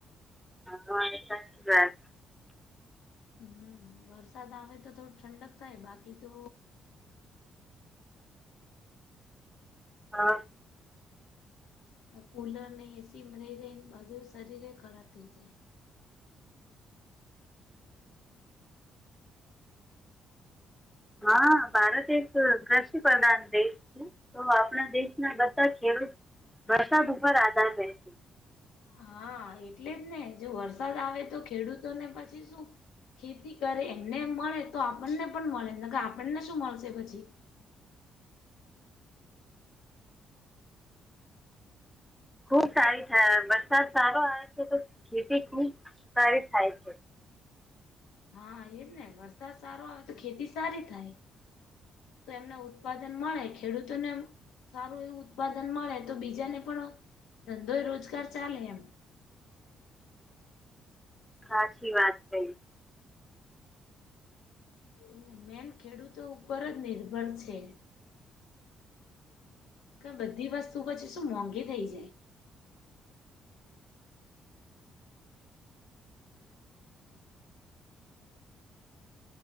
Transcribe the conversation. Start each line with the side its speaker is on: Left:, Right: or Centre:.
Centre: હું
Left: હું વરસાદ આવે તો થોડું ઠંડક થાય બાકી તો,
Centre: હા
Left: કુલર ને એસીમાં રહી રહીને ને બાજુ શરીર ખરાબ થઇ જાય.
Centre: હા ભારત એક કૃષિ પ્રધાન દેશ છે. તો આપણા દેશના બધા ખેડૂત વરસાદ ઉપર આધાર રહેશે.
Left: હા એટલે જ ને જો વરસાદ આવે તો ખેડૂતો ને પછી શું. ખેતી કરે એમને મળે તો આપણને પણ મળે કે આપણને શું મળશે પછી.
Centre: ખુબ સારી થાય વરસાદ સારો આવે છે, તો ખેતી ખુબ સારી થાય છે.
Left: હા એજ ને વરસાદ સારો આવે તો ખેતી સારી થાય. તો એમને ઉત્પાદન મળે ખેડૂતોને, સારું એવું ઉત્પાદન મળે તો બીજાને પણ ધંધો રોજગાર ચાલે એમ,
Centre: સાચી વાત કઈ.
Left: એટલે મેન ખેડૂતો ઉપર જ નિર્ભર છે. બધી વસ્તુ પછી શું મોંઘી થઇ જાય.